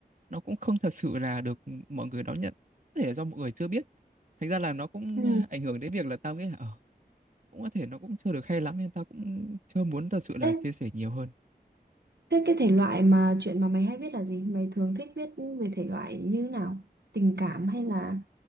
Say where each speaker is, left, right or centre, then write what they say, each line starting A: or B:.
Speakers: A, on the right; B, on the right.
A: nó cũng không thật sự là được mọi người đón nhận. Có thể là do mọi người chưa biết. Thành ra là nó cũng
B: Ừ.
A: ảnh hưởng đến việc là tao nghĩ là... Ờ, cũng có thể nó cũng chưa được hay lắm nên tao cũng chưa muốn thật sự là
B: Ê,
A: chia sẻ nhiều hơn.
B: thế cái thể loại mà chuyện mà mày hay viết là gì? Mày thường thích viết về thể loại như thế nào? Tình cảm hay là